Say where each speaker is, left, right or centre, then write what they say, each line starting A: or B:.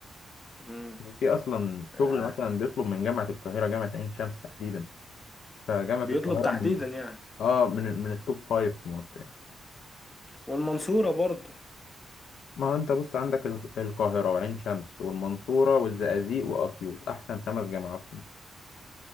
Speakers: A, on the left; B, on the left.
A: مم.
B: في اصلا
A: آه،
B: شغل مثلا بيطلب من جامعه القاهره جامعه عين شمس تحديدا فجامعه
A: بيطلب
B: القاهره
A: تحديدا
B: من
A: يعني
B: اه من من التوب فايف في مصر يعني.
A: والمنصوره برضو
B: ما هو انت بص عندك ال- القاهره وعين شمس والمنصوره والزقازيق واسيوط احسن خمس جامعات في مصر